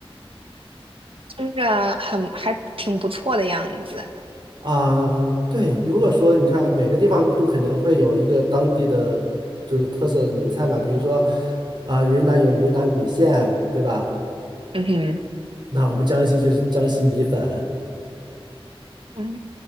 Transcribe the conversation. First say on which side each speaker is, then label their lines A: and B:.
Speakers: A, on the right; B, on the right.
A: 听着很还挺不错的样子。
B: 啊。对，如果说你看每个地方都可能会有一个当地的就是特色的名菜嘛，比如说啊，云南有云南米线，对吧？
A: 嗯哼，
B: 那我们江西就是江西米粉
A: 嗯，